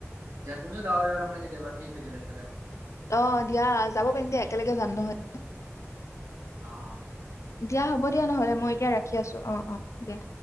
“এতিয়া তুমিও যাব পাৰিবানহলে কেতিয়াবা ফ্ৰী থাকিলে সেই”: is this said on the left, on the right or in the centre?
Right